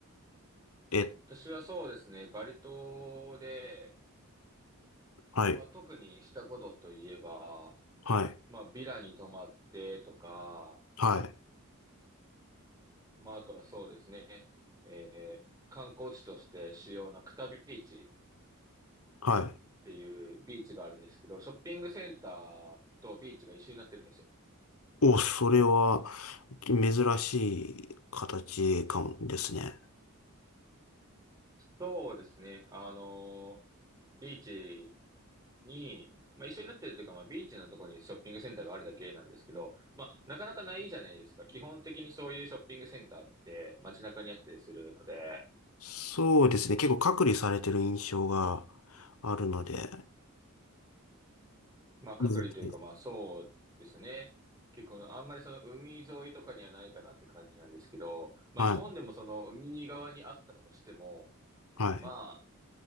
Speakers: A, on the left; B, on the right.
A: え、
B: 私はそうですね、バリ島で、
A: はい。
B: まあ、特にしたことといえば、
A: はい。
B: まあ、ビラに泊まってとか、
A: はい。
B: まあ、あとはそうですね、えー観光地として主要なクタビーチっ
A: はい。
B: ていうビーチがあるんですけど、ショッピングセンターとビーチが一緒になってるんですよ。
A: お、それは、珍しい形かもですね。
B: そうですね、あのービーチに、まあ一緒になってるというか、まあビーチのところにショッピングセンターがあるだけなんですけど、まあなかなかないじゃないですか。基本的にそういうショッピングセンターって街中にあったりするので、
A: そうですね。結構隔離されてる印象があるので。
B: まあ隔離というかまあそうですね。
A: うん
B: 結構あんまりその海沿いとかにはないかなって感じなんですけど、まあ日本でもその海側にあったとしても、
A: はい。はい。
B: まあ